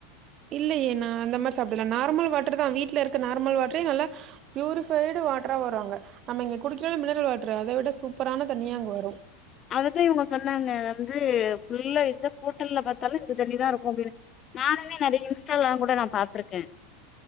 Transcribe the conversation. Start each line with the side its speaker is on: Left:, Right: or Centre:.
Right: இல்லயே நா அந்த மாரி சாப்பிடல நார்மல் வாட்டர்தான் வீட்ல இருக்க நார்மல் வாட்டரே நல்லா பியூரிஃபைடு வாட்டரா வரு அங்க நம்ம இங்க குடிக்கற மினரல் வாட்டர் அத விட சூப்பரான தண்ணியா அங்க வரு
Left: அதத்தா இவுங்க சொன்னாங்க வந்து ஃபுல்லா இந்த ஹோட்டல்ல பாத்தாலு இந்த தண்ணிதா இருக்கு அப்டின்னு நானுமே நெறைய இன்ஸ்டாலா கூட நா பாத்திருக்கேன்